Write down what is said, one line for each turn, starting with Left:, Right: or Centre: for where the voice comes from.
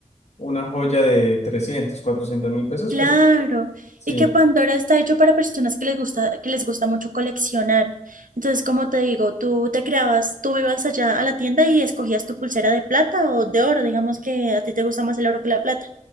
Left: una joya de trescientos cuatrocientos mil pesos,
Right: Claro,
Left: pues sí.
Right: y que Pandora está hecho para personas que les gusta, que les gusta mucho coleccionar. Entonces, como te digo, tú te creabas, tú ibas allá a la tienda y escogías tu pulsera de plata o de oro, digamos que a ti te gusta más el oro que la plata.